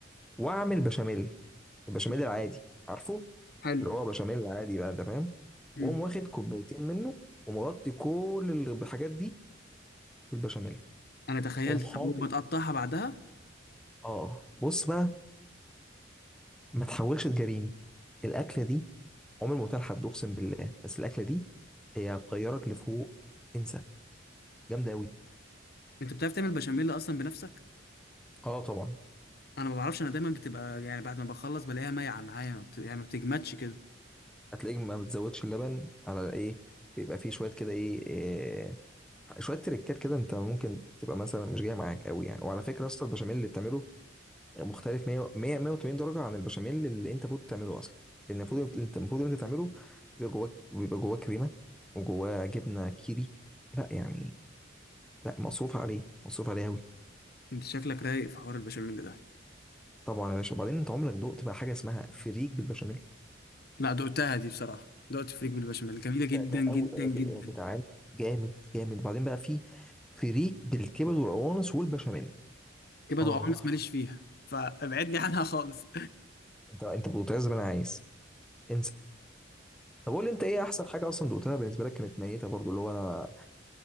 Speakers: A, in the centre; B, on the left.
A: واعمل بشاميل البشاميل
B: مم.
A: العادي عارفه
B: حلو
A: اللي هو بشاميل عادي بقى انت فاهم
B: مم.
A: واقوم واخد كوبايتين منه ومغطي كل الحاجات دي بالبشاميل
B: انا تخيلت
A: واقوم حاطط
B: طب بتقطعها بعدها
A: اه آه. بص بقى ما تحاولش تجاريني الاكله دي عمر ما قلتها لحد اقسم بالله بس الاكله دي هي بتطيرك لفوق انسى جامده قوي
B: انت بتعرف تعمل بشاميل اصلا بنفسك
A: اه طبعا
B: انا ما بعرفش انا دايما بتبقى يعني بعد ما بخلص بلاقيها مايعه معايا ما بت... يعني ما بتجمدش كده
A: هتلاقيك ما بتزودش اللبن على ايه بيبقى فيه شويه كده ايه, إيه شويه تريكات كده انت ممكن تبقى مثلا مش جايه معاك قوي يعني وعلى فكره اصلا البشاميل اللي بتعمله مختلف 100 100 180 درجه عن البشاميل اللي انت المفروض تعمله اصلا لان المفروض انت المفروض انت تعمله بيبقى جواه بيبقى جواه كريمه وجواه جبنه كيري لا يعني لا مصروف عليه مصروف عليه قوي
B: انت شكلك رايق في حوار البشاميل ده
A: طبعا يا باشا وبعدين انت عمرك دقت بقى حاجه اسمها فريك بالبشاميل
B: لا دقتها دي بصراحه دقت فريك بالبشاميل جميله جدا
A: ده ده
B: جدا
A: قوي
B: جدا
A: يا جدعان جامد جامد بعدين بقى في فريك بالكبد والقوانص والبشاميل
B: كبد
A: اه
B: وقوانص ماليش فيها فابعدني عنها خالص
A: انت انت بتعز زي ما انا عايز انسى طب قول لي انت ايه احسن حاجه اصلا دوقتها بالنسبه لك كانت ميته برضو اللي هو انا